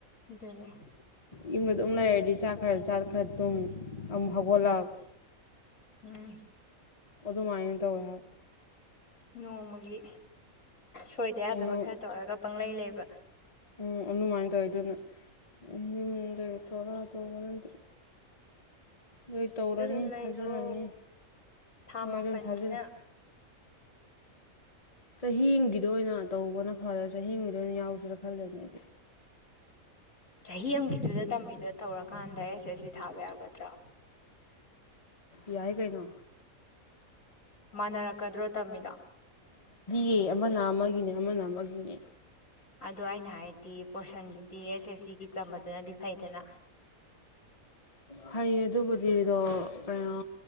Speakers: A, on the left (about 60°); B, on the left (about 30°).
A: ꯑꯗꯨꯅꯦ
B: ꯌꯨꯝꯗ ꯑꯗꯨ ꯑꯗꯨꯝ ꯂꯩꯔꯗꯤ ꯆꯥꯛ ꯈꯔ ꯆꯥ ꯈꯔ ꯇꯨꯝ ꯑꯃ ꯍꯧꯒꯠꯂꯛ
A: ꯎꯝ
B: ꯑꯗꯨꯗ ꯃꯥꯥꯏꯅꯦꯗ ꯑꯣꯏꯍ
A: ꯅꯣꯡꯃꯒꯤ ꯁꯣꯏꯗ
B: ꯍꯥꯏꯕ
A: ꯌꯥꯗꯕ ꯈꯔ ꯇꯧꯔꯒ ꯄꯪꯂꯩ ꯂꯩꯕ <unintelligible>
B: ꯎꯝ ꯑꯗꯨꯃꯥꯏꯅ ꯇꯧꯋꯤ ꯑꯗꯨꯅ ꯌꯨꯝꯗꯒꯤ ꯊꯔꯥ ꯇꯧꯕꯅꯗꯤ ꯂꯣꯏ ꯇꯧꯔꯅꯤ
A: ꯑꯗꯨꯝ ꯂꯩꯔꯣ
B: ꯊꯥꯖꯤꯜꯂꯅꯤ
A: ꯊꯥ
B: ꯍꯣꯏ
A: ꯃꯥꯄꯜꯅꯤꯅ
B: ꯑꯗꯨꯅ ꯊꯥꯖꯤꯜꯂꯦ ꯆꯍꯤꯒꯤꯗ ꯑꯣꯏꯅ ꯇꯧꯕꯅ ꯐꯔꯥ ꯆꯍꯤꯒꯤꯗ ꯑꯣꯏꯅ ꯌꯥꯎꯁꯤꯔꯥ ꯈꯜꯂꯦꯅꯦ ꯑꯩꯗꯤ
A: ꯆꯍꯤ ꯑꯃꯒꯤꯗꯨꯗ ꯇꯝꯃꯤꯗꯨꯣ ꯇꯧꯔꯀꯥꯟꯗ ꯑꯦꯁꯦꯁꯤ ꯊꯥꯕ ꯌꯥꯒꯗ꯭ꯔꯥ
B: ꯌꯥꯏ ꯀꯩꯅꯣ
A: ꯃꯥꯟꯅꯔꯛꯀꯗ꯭ꯔꯣ ꯇꯝꯃꯤꯗ
B: ꯌꯦ ꯑꯃꯅ ꯑꯃꯒꯤꯅꯦ ꯑꯃꯅ ꯑꯃꯒꯤꯅꯦ
A: ꯑꯗꯣ ꯑꯩꯅ ꯍꯥꯏꯗꯤ ꯄꯣꯔꯁꯟꯗꯨꯗꯤ ꯑꯦꯁ ꯑꯦꯁ ꯁꯤꯒꯤ ꯆꯝꯕꯗꯨꯅꯗꯤ ꯐꯩꯗꯅ
B: ꯐꯩꯌꯦ ꯑꯗꯨꯕꯨꯗꯤꯗꯣ ꯀꯩꯅꯣ